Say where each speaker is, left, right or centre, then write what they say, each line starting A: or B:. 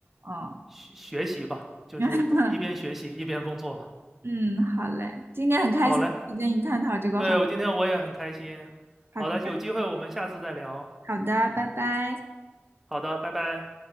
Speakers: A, on the right; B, in the centre.
A: 嗯。
B: 学学习吧，就是一边学习一边工作吧。
A: <laughs> 嗯，好嘞，今天很开心可以跟你探讨这个话题。
B: 好嘞，对，我今天我也很开心。
A: 好的，
B: 好的，有机会我们下次再聊。
A: 好的，拜拜。
B: 好的，拜拜。